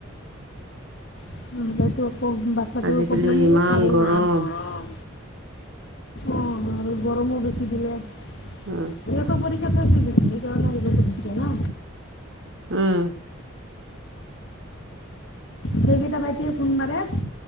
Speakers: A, on the left; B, on the right.
A: নহ'লেতো আকৌ বাচ্ছাটোৰো
B: আজিকালি
A: প্ৰব্লেম
B: ইমান
A: হ'ব তাৰো
B: গৰম
A: হ'ব অ' আৰু গৰমো বেছি দিলে
B: উ,
A: সিহঁতৰ পৰীক্ষা শেষ হৈ গৈছে সেইকাৰণে আহিব খুজিছে না
B: উম
A: সেইকেইটা বাইটে ফোন মাৰে।